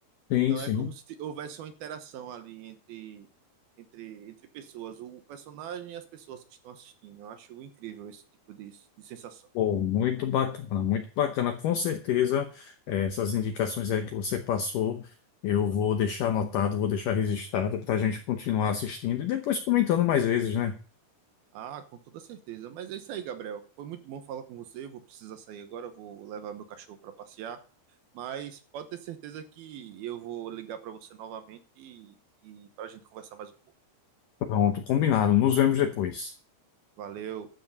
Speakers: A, on the left; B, on the right.
A: Sim,
B: Então
A: sim.
B: é como se houvesse uma interação ali entre, entre, entre pessoas, o personagem e as pessoas que estão assistindo. Eu acho incrível esse tipo de, de sensação.
A: Pô, muito bacana, muito bacana. Com certeza, eh, essas indicações aí que você passou, eu vou deixar anotado, vou deixar registrado para a gente continuar assistindo e depois comentando mais vezes, né?
B: Ah, com toda certeza. Mas é isso aí, Gabriel. Foi muito bom falar com você. Eu vou precisar sair agora, vou levar meu cachorro para passear. Mas pode ter certeza que eu vou ligar para você novamente e, e para a gente conversar mais um pouco.
A: Pronto, combinado. Nos vemos depois.
B: Valeu.